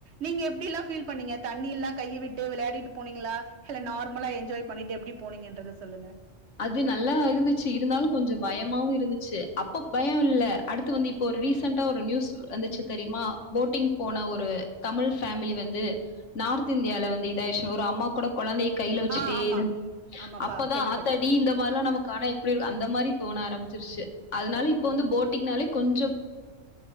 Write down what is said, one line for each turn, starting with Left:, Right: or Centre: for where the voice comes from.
Right: நீங்க எப்டில்லா ஃபீல் பண்ணீங்க தண்ணிலா கையை விட்டு வெளாடிட்டு போனீங்களா இல்ல நார்மலா என்ஜாய் பண்ணிட்டு எப்டி போனீங்கன்றத சொல்லுங்க.
Left: அது நல்லா இருந்துச்சு. இருந்தாலு கொஞ்ச பயமாவு இருந்துச்சு. அப்போ பயம் இல்ல அடுத்து வந்து இப்போ ஒரு ரீசன்டா ஒரு நியூஸ் வந்துச்சு தெரியுமா போட்டிங் போன ஒரு தமிழ் ஃபேமிலி வந்து நார்த் இந்தியால வந்து இதாய்ச்சுனு ஒரு அம்மா கூடோ கொழந்தைய கைல வச்சுட்டே
Right: ஆ ஆமா
Left: இருந்
Right: ஆமாப்பா
Left: அப்பதா
Right: கேள்விப்பட்டே
Left: ஆ த்தாடி இந்த மார்லா நமக்கு ஆனா எப்டி இருக்கு அந்த மாரி தோண ஆரம் பிச்சிருச்சு அதனால
Right: ஓகே
Left: இப்ப வந்து போட்டிங்னாலே கொஞ்